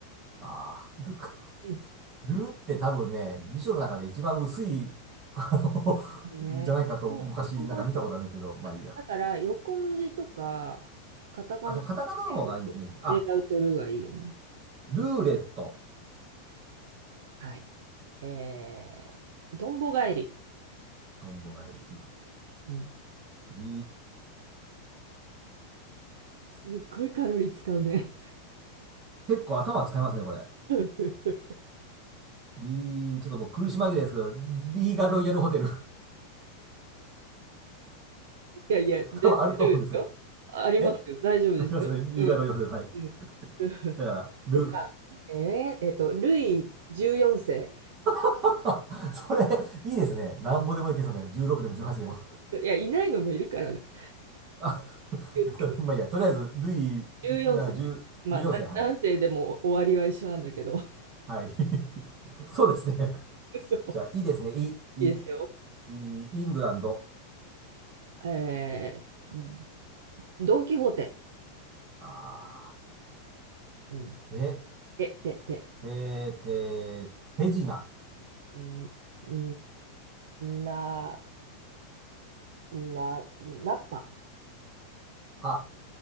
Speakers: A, on the right (about 35°); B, on the right (about 60°).
A: あー、ルか。
B: う
A: ルって多分ね、辞書の中で一番薄い、あの、
B: ん。ね。
A: じゃないかと昔なんか見たことあるんですけど、
B: 日本語だと。
A: まあいいや。
B: だから、横文字とか、カタカナ
A: あ、そう、カタカナの方がいいんですね。
B: を狙うとるがいいよね。
A: あ、ルーレット。
B: はい。えー、どんぼ返り。
A: トンボがいり。
B: うん。
A: リー、
B: すっごいカロリー使うね。
A: 結構頭使いますね、これ。
B: <laughs> い
A: リー、ちょっともう苦し紛れですけど、リーガロイヤルホテル
B: やいや、
A: <laughs>
B: で大丈夫ですよ。
A: 多分あると思うんですね。
B: あありますよ。
A: え
B: 大丈夫ですよ。
A: ありますよね。リーガロイヤルホテル。
B: うん。
A: はい。
B: うん。<laughs>
A: だから、ル。
B: よか、えー、えっと、ルイ14世。
A: <laughs> それ、いいですね。なんぼでもいけそうですね。16でも18でも。
B: いや、いないのもいるからね。
A: <laughs> あ、
B: 気をつけ。
A: えっと、まあいいや。とりあえず、ルイ、
B: 14
A: だから10、
B: まあ、
A: 14世。
B: だ男性でも終わりは一緒なんだけど。
A: はい。はい。<laughs> そうですね。
B: <laughs> そう。
A: じゃあ、いいですね。い、い、
B: いいですよ。
A: い、イングランド。
B: えー、ドン・キホーテ。
A: あ
B: うん。
A: ー、え、
B: て、て、て。
A: て、て、手品。
B: うん、うんな、んな、なっぱ、
A: パ